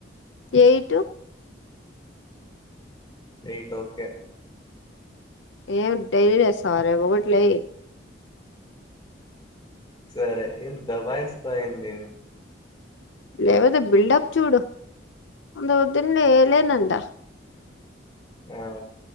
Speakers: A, on the left (about 80°); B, on the left (about 25°).
A: ఎయిట్
B: ఎయిట్ ఓకే
A: ఏం డై లేస్తావా రేప్ ఒకటి లేయి
B: సరే ఏం దాభాయిస్తావ్ ఏంది
A: లేవాతే బిల్డప్ చూడు అంత పొద్దున్నే ఏ లే నంటా
B: ఆ